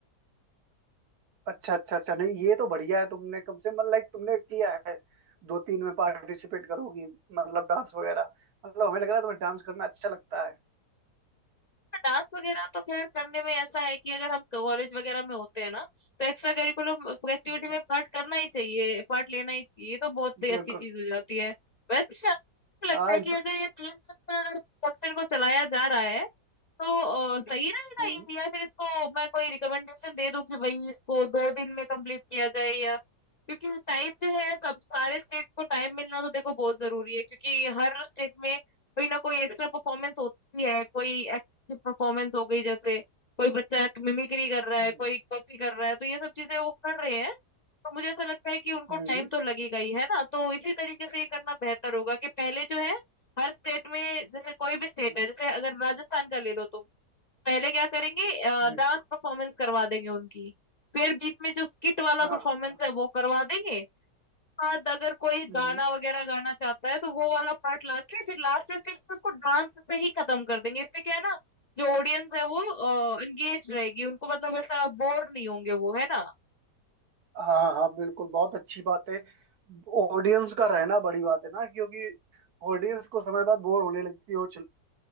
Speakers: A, on the right; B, on the left.
A: अच्छा अच्छा अच्छा नहीं ये तो बढ़िया है तुमने कम से मतलब लाइक तुमने किया है दो तीन में पार्टिसिपेट करोगी मतलब डांस वगैरह मतलब हमें लग रहा है तुम्हें डांस करना अच्छा लगता है
B: डांस वगैरह तो खैर करने में ऐसा है कि अगर हम कॉलेज वगैरह में होते हैं ना तो एक्स्ट्रा करिकुलम एक्टिविटी
A: हम्म
B: में पार्ट करना ही चाहिए पार्ट लेना ही चाहिए ये तो बहुत ही
A: बिल्कुल
B: अच्छी चीज हो जाती है वैसे मुझे
A: हाँ
B: लगता है
A: इंट-
B: कि अगर ये तीन दिन का अगर प्रोडक्शन को चलाया जा रहा है तो अ, सही रहेगा
A: हम्म
B: ये? या फिर इसको मैं कोई रिकमेंडेशन दे दूं कि भाई इसको दो दिन में कंप्लीट किया जाए या क्योंकि टाइम जो है सब सारे स्टेट को टाइम मिलना तो देखो बहुत जरूरी है क्योंकि हर स्टेट में कोई ना कोई एक्स्ट्रा परफॉर्मेंस होती है कोई एक्टिव परफॉर्मेंस हो गई जैसे कोई बच्चा मिमिक्री कर रहा है
A: हम्म
B: कोई कॉपी कर रहा है तो ये सब चीजें वो कर रहे हैं तो मुझे ऐसा लगता है कि उनको
A: हम्म
B: टाइम तो लगेगा ही है ना तो इसी तरीके से ये करना बेहतर होगा कि पहले जो है हर स्टेट में जैसे कोई भी स्टेट
A: हम्म
B: है जैसे अगर राजस्थान का ले लो तो पहले क्या करेंगे
A: हम्म,
B: डांस परफॉर्मेंस करवा देंगे उनकी फिर बीच में जो स्किट वाला
A: हाँ
B: परफॉर्मेंस
A: हाँ,
B: है वो करवा देंगे बाद अगर कोई
A: हम्म
B: गाना वगैरह गाना चाहता है तो वो वाला पार्ट लाके फिर लास्ट में फिर उसको डांस से ही खत्म कर देंगे इससे क्या है ना जो ऑडियंस है वो एंगेज रहेगी उनको मतलब ऐसा बोर नहीं होंगे वो है ना
A: हाँ हाँ बिल्कुल बहुत अच्छी बात है ऑडियंस का रहना बड़ी बात है ना क्योंकि ऑडियंस को समय बाद बोर होने लगती है और चल,